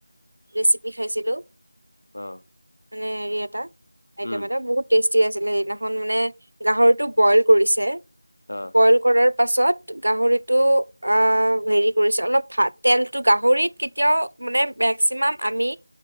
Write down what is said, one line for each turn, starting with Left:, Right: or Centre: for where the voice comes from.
Right: ৰেচিপি খাইছিলো।
Left: অ
Right: মানে হেৰি এটা আইটেম
Left: উম
Right: এটা বহুত টেষ্টি আছিলে সেইদিনাখন মানে গাহৰটো বইল কৰিছে
Left: অ'।
Right: বয়ল কৰাৰ পাছত গাহৰিটো আ অ হেৰি কৰিছে অলপ ভাত তেলটো গাহৰিত কেতিয়াও মানে মেক্সিমাম আমি